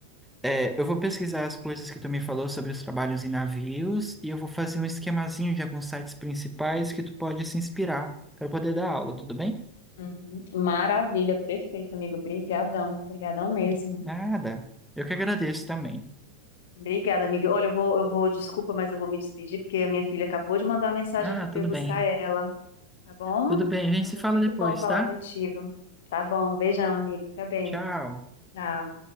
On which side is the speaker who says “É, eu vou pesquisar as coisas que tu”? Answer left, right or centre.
Centre